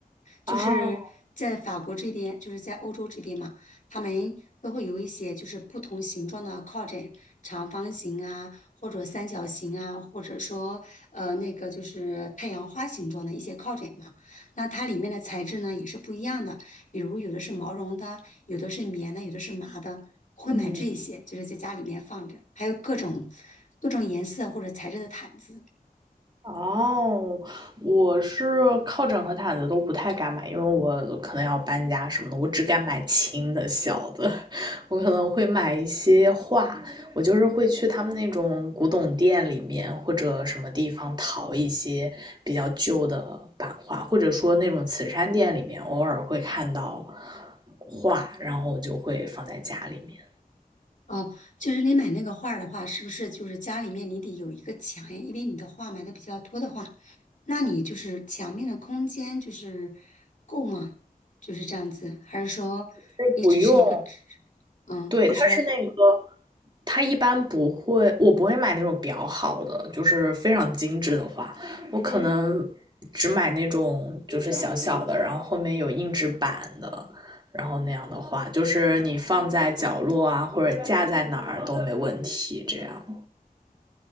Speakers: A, on the left; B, on the right.
A: 就是在法国这边，
B: 啊，
A: 就是在欧洲这边嘛，他们都会有一些就是不同形状的靠枕，长方形啊，或者三角形啊，或者说呃那个就是太阳花形状的一些靠枕嘛。那它里面的材质呢也是不一样的，比如有的是毛绒的，有的是棉的，有的是麻的。我会买这一些，
B: 嗯。
A: 就是在家里面放着，还有各种各种颜色或者材质的毯子。
B: 哦，我是靠枕和毯子都不太敢买，因为我可能要搬家什么的，我只敢买轻的小的，<laughs> 我可能会买一些画，我就是会去他们那种古董店里面或者什么地方淘一些比较旧的版画，或者说那种慈善店里面偶尔会看到画，然后我就会放在家里面，
A: 哦，就是你买那个画儿的话，是不是就是家里面你得有一个墙呀？因为你的画买的比较多的话，那你就是墙面的空间就是够吗？就是这样子，还是说你只是一个纸？
B: 是不用，
A: 嗯，
B: 对，
A: 你说。
B: 它是那个。它一般不会，我不会买那种比较好的，就是非常精致的花，我可能只买那种就是小小的，然后后面有硬纸板的，然后那样的花，就是你放在角落啊，或者架在哪儿都没问题，这样。